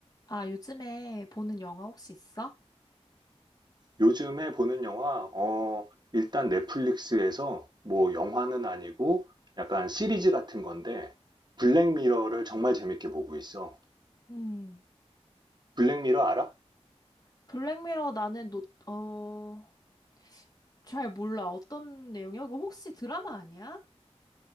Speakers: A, on the left; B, on the right.
A: 아, 요즘에 보는 영화 혹시 있어?
B: 요즘에 보는 영화, 어, 일단 넷플릭스에서 뭐 영화는 아니고 약간 시리즈 같은 건데 블랙미러를 정말 재밌게 보고 있어.
A: 음,
B: 블랙미러 알아?
A: 블랙미러 나는 노, 어, 잘 몰라. 어떤 내용이야? 그거 혹시 드라마 아니야?